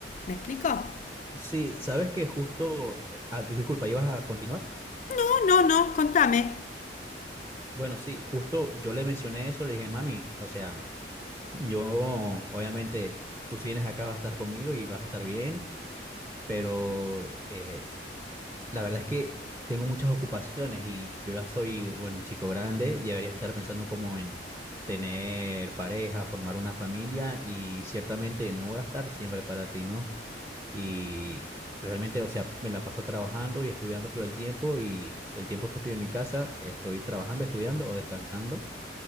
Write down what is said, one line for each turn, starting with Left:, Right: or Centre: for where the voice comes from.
Left: ¿Me explico?
Right: Sí, sabes que justo, eh, ah, disculpa, ¿ibas a continuar?
Left: No, no, no, contame.
Right: Bueno, sí, justo yo le mencioné eso, le dije, mami, o sea, yo obviamente tú si vienes acá vas a estar conmigo y vas a estar bien, pero eh, la verdad es que tengo muchas ocupaciones y yo ya soy, bueno, un chico grande, ya debería estar pensando como en tener pareja, formar una familia y ciertamente no voy a estar siempre para ti, ¿no? Y realmente, o sea, me la paso trabajando y estudiando todo el tiempo y el tiempo que estoy en mi casa estoy trabajando, estudiando o descansando